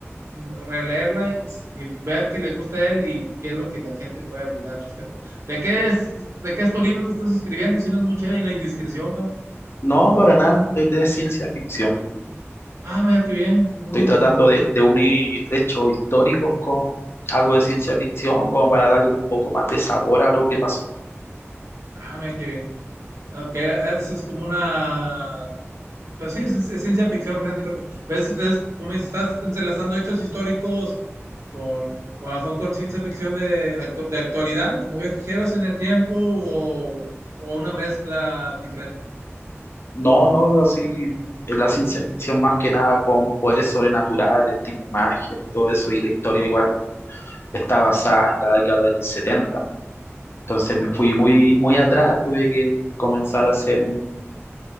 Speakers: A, on the right; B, on the left.
A: releerla y, y ver qué le gusta a él y qué es lo que la gente puede opinar al respecto. ¿De qué es, de qué es tu libro que estás escribiendo? Si no es mucha la indiscreción, va.
B: No, para nada, es de ciencia ficción.
A: Ah, mira qué bien. Mm,
B: Estoy tratando de,
A: muy bien.
B: de unir hechos históricos con algo de ciencia ficción, como para darle un poco más de sabor a lo que pasó.
A: Ah, mira qué bien. Ok, eso es como una. Pues sí, es, es ciencia ficción, al final de cuentas. Pero es, es como dices, estás entrelazando hechos históricos con, con, con ciencia ficción de, actu- de actualidad, como viajeros en el tiempo o, o una mezcla diferente.
B: No, no, así es la ciencia ficción más que nada con poderes sobrenaturales, tipo magia, todo eso, y la historia igual está basada en la década del 70. Entonces me fui muy, muy atrás, tuve que comenzar a hacer un,